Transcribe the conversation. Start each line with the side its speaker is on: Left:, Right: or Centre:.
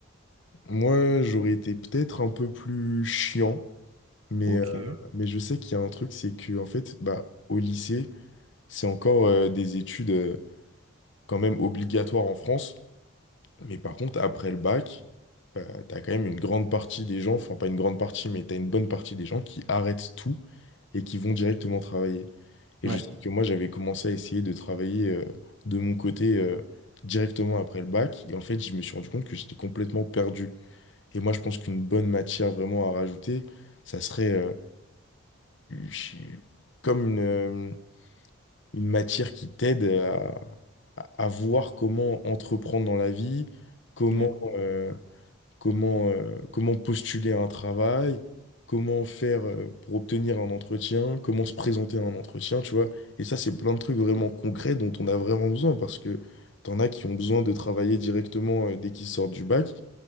Left: Moi, j'aurais été peut-être un peu plus chiant. Mais,
Right: Ok.
Left: euh, mais je sais qu'il y a un truc, c'est que en fait, bah, au lycée, c'est encore euh, des études euh, quand même obligatoires en France. Mais par contre, après le bac, euh, t'as quand même une grande partie des gens, enfin pas une grande partie, mais t'as une bonne partie des gens qui arrêtent tout et qui vont directement travailler. Et
Right: Ouais,
Left: je sais que moi, j'avais commencé à essayer de travailler euh, de mon côté euh, directement après le bac. Et en fait, je me suis rendu compte que j'étais complètement perdu. Et moi, je pense qu'une bonne matière vraiment à rajouter, ça serait euh, je comme une, euh, une matière qui t'aide à, à- à voir comment entreprendre dans la vie, comment,
Right: ouais,
Left: euh, comment, euh, comment postuler à un travail, comment faire euh, pour obtenir un entretien, comment se présenter à un entretien, tu vois. Et ça, c'est plein de trucs vraiment concrets dont on a vraiment besoin parce que t'en as qui ont besoin de travailler directement euh, dès qu'ils sortent du bac